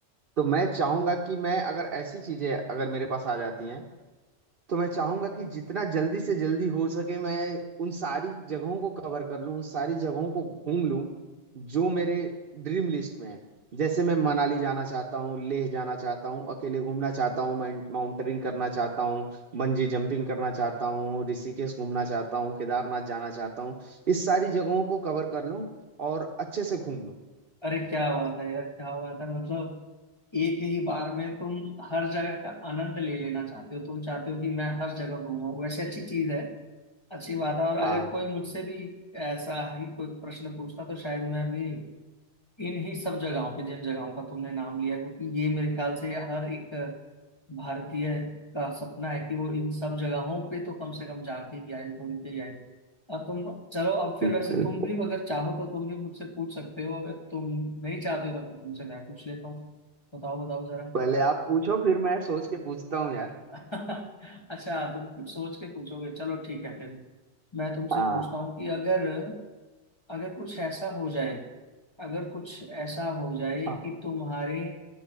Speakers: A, on the right (about 50°); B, on the left (about 25°).
A: तो मैं चाहूंगा कि मैं अगर ऐसी चीजें अगर मेरे पास आ जाती हैं तो मैं चाहूंगा कि जितना जल्दी से जल्दी हो सके मैं उन सारी जगहों को कवर कर लूं उन सारी जगहों को घूम लूं जो मेरे ड्रीम लिस्ट में है जैसे मैं मनाली जाना चाहता हूँ लेह जाना चाहता हूँ अकेले घूमना चाहता हूँ माउंटेनिंग करना चाहता हूँ बंजी जंपिंग करना चाहता हूँ ऋषिकेश घूमना चाहता हूँ केदारनाथ जाना चाहता हूँ इस सारी जगहों को कवर कर लूं और अच्छे से घूम लूं
B: अरे क्या बात है यार क्या बात है मतलब एक ही बार में तुम हर जगह का आनंद ले लेना चाहते हो तुम चाहते हो कि मैं हर जगह घूमूं वैसे अच्छी चीज है अच्छी बात है और
A: हाँ
B: अगर कोई मुझसे भी ऐसा ही कोई प्रश्न पूछता तो शायद मैं भी इन्हीं सब जगहों पे जिन जगहों का तुमने नाम लिया क्योंकि ये मेरे ख्याल से हर एक भारतीय का सपना है कि वो इन सब जगहों पे तो कम से कम जाके ही आए घूम के ही आए अब तुम चलो अब फिर
A: बिल्कुल।
B: वैसे तुम भी अगर चाहो तो तुम भी मुझसे पूछ सकते हो अगर तुम नहीं चाहते हो तो फिर तुमसे मैं पूछ लेता हूँ बताओ बताओ जरा क्या-
A: पहले आप पूछो फिर मैं सोच के पूछता हूँ यार
B: <laughs> अच्छा तुम कुछ सोच के पूछोगे चलो ठीक है फिर मैं तुमसे
A: हाँ
B: पूछता हूँ कि अगर अगर कुछ ऐसा हो जाए अगर कुछ ऐसा हो जाए
A: हाँ
B: कि तुम्हारे